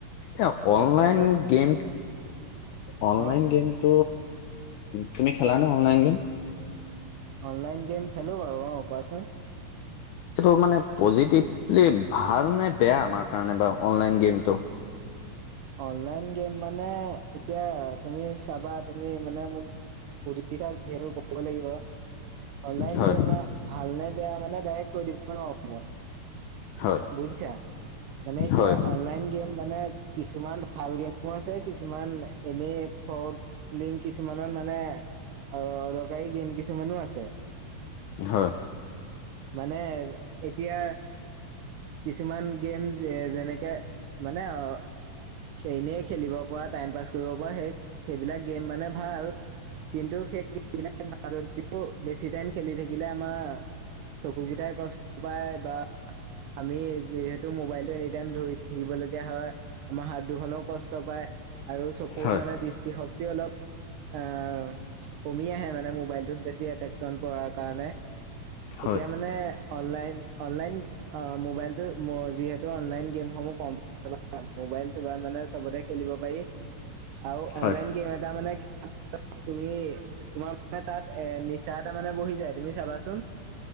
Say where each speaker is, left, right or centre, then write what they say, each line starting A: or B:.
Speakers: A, on the left; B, on the right.
A: এ,
B: অ
A: অনলাইন
B: কোৱাচোন
A: গেম, অনলাইন
B: অ
A: গেম ত, তুমি খেলানো অনলাইন গেম?
B: অনলাইন গেম খেলো বাৰু, অ, কোৱাচোন।
A: এইটো মানে পজিটিভলি ভাল নে বেয়া, আমাৰ কাৰণে বা অনলাইন গেমটো?
B: অনলাইন গেম মানে, এতিয়া তুমি চাবা তুমি মানে মোক সুধিছা যিহেতু ক'ব লাগিব, অনলাইন
A: হয়
B: গেম বা ভাল নে বেয়া, মানে ডাইৰেক্ট কৈ দিব নোৱাৰো মই।
A: হয়
B: বুজিছা, মানে এতিয়া
A: হয়
B: অনলাইন গেম মানে কিছুমান ভাল গেমো আছে, কিছুমান এনে ফ্ৰদ লিংক কিছুমানৰ মানে, অদৰকাৰী গেম কিছুমানো আছে।
A: হয়।
B: মানে এতিয়া কিছুমান গেম যে, যেনেকে মানে অ, এনেই খেলিব পৰা, টাইম পাছ কৰিব পৰা, সেই সেইবিলাক গেম মানে ভাল। কিন্তু সেইবিলাক যদিও, বেছি টাইম খেলি থাকিলে আমাৰ চকু কেইটাই কষ্ট পায় বা আমি যিহেতু মোবাইলটো এনি টাইম ধৰি থাকিবলগীয়া হয়। আমাৰ হাত দুখনও কষ্ট পায় আৰু চকুৰ
A: হয় হয়
B: মানে দৃষ্টিশক্তি অলপ আহ, কমি আহে মানে মোবাইলটোত বেছি এট্ৰেকচন পৰাৰ কাৰণে।
A: হয়
B: এতিয়া মানে অনলাইন, অনলাইন অ, মোবাইলটো যিহেতু অনলাইন গেমসমূহ কম মোবাইল-চোবাই মানে সবতে খেলিব পাৰি, আৰু
A: হয়
B: অনলাইন গেম এটা মানে তুমি তোমাৰ মানে তাত এ, নিচা এটা মানে বহি যায়, তুমি চাবাচোন।